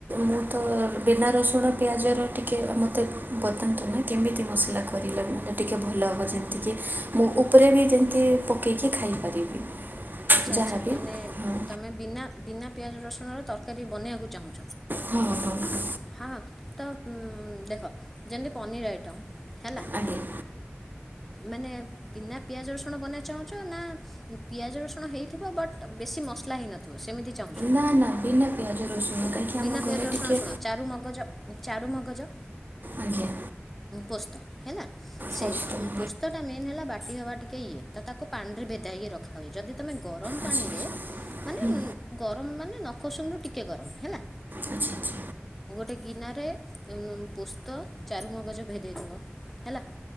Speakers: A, on the right (about 45°); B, in the centre.
A: ମୁଁ ତ ବିନା ରସୁଣ ପିଆଜର ଟିକିେ ମୋତେ ବତାନ୍ତୁ ନାଁ କେମିତି ମସଲା ଖ କରିଲ ଟିକିଏ ଭଲ ହେବ ଯେମିତିକି ମୁଁ ଉପରେ ବି ଯେମିତି ପକେଇକି ଖାଇପାରିବି।
B: ଆଛା
A: ଯାହା
B: ଆଚ୍ଛା
A: ବିି
B: ମାନେ
A: ହଁ
B: ତମେ ବିନା ବିନା ପିଆଜ ରସୁଣର ତରକାରୀ ବନେଇବାକୁ ଚାହୁଁ
A: ହଁ ହଁ ହଁ
B: ହଁ ତ ଦେଖ ଯେମିତି ପନିର୍ ଆଇଟମ୍ ହେଲା
A: ଆଜ୍ଞା
B: ମାନେ ବିନା ପିଆଜ ରସୁଣ ବନେଇ ଚାହୁଁଛ ନା ପିଆଜ ରସୁଣ ହେଇଥିବ ବଟ୍ ବେଶୀ ମସଲା ହେଇନଥିବ ସେମିତି ଚାହୁଁଛ?
A: ନା ନା ବିନା ପିଆଜ ରସୁଣ। କାହିଁକି
B: ବିନା
A: ଆମ ଘରେ
B: ପିଆଜ
A: ଟିକେ
B: ଶୁଣ ଚାରୁ ମଗଜ ଚାରୁୁ ମଗଜ
A: ଆଜ୍ଞା
B: ପୋସ୍ତ ହେଲା। ସେ
A: ପସ୍ତ ହଁ
B: ପୋସ୍ତ ଟା ମେନ୍ ହେଲା ବା ହବା ଟିକେ ଇଏ ତ ତାକୁ ପାଣି ରେ ଭେଦା ହେଉକି ରଖା ହୁଏ ଯଦି ତମେ ଗରମ
A: ଆଚ୍ଛା
B: ପାଣିରେ
A: ଆଚ୍ଛା
B: ମାନେ
A: ହୁଁ
B: ଗରମ ମାନେ ନଖ ଉଷୁମ ରୁ ଟିକେ ଗରମ ହେଲା।
A: ଆଚ୍ଛା ଆଚ୍ଛା
B: ଗୋଟେ ଗିନାରେ ପୋସ୍ତ ଚାରମଗଜ ଭେଦେଇଦବ ହେଲା